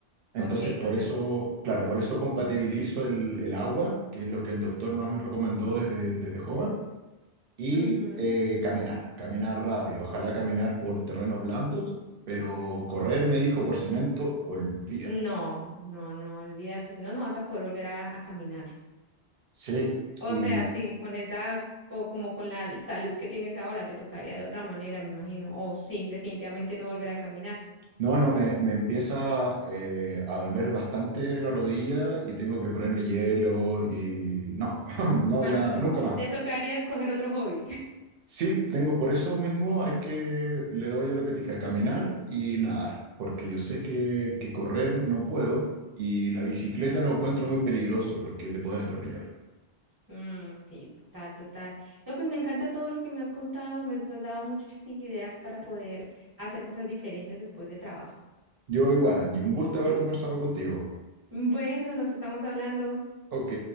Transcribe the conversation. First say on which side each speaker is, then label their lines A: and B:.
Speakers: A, on the right; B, on the right.
A: Entonces,
B: ok, entonces.
A: por eso, claro, por eso compatibilizo el, el agua, que es lo que el doctor más me recomendó desde, desde joven y
B: Ujú.
A: eh, caminar, caminar rápido, ojalá caminar por terrenos blandos, pero correr, me dijo, por cemento, olvídalo.
B: No, no, no, olvídate, si no, no vas a poder volver a, a caminar.
A: Sí,
B: O
A: y
B: sea, sí, con esa, co- como con la salud que tienes ahora, te tocaría de otra manera, me imagino. O sí, definitivamente no volver a caminar. <laughs>
A: no, no, me, me empieza eh, a doler bastante la rodilla y tengo que ponerme hielo y no, <laughs> no,
B: No,
A: ya,
B: no,
A: nunca más.
B: te tocaría escoger otro hobby. <laughs>
A: Sí, tengo por eso mismo, hay que, le doy a lo que te dije, a caminar y nadar, porque yo sé que, que correr no puedo y la bicicleta no encuentro muy peligroso porque te pueden atropellar.
B: Mm, sí, total, total. No, pues me encanta todo lo que me has contado, me has dado muchas ideas para poder hacer cosas diferentes después de trabajo.
A: Yo igual, Andy, un gusto haber conversado contigo.
B: Bueno, nos estamos hablando.
A: Ok,